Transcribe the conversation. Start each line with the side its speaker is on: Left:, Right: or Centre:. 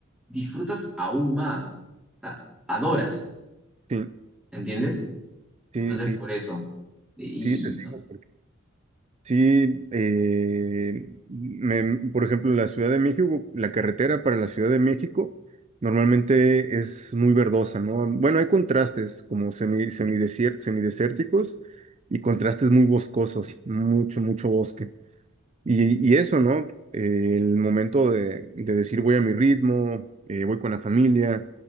Centre: disfrutas aún más, o sea, adoras,
Right: Sí,
Centre: ¿entiendes?
Right: sí,
Centre: Entonces,
Right: sí,
Centre: por eso. Y,
Right: sí, te
Centre: y no-
Right: sigo, Sí, eh, me- por ejemplo, la Ciudad de México, la carretera para la Ciudad de México normalmente es muy verdosa, ¿no? Bueno, hay contrastes como semi, semidesier- semidesérticos y contrastes muy boscosos, mucho, mucho bosque. Y, y eso, ¿no? Eh, el momento de, de decir voy a mi ritmo, eh, voy con la familia.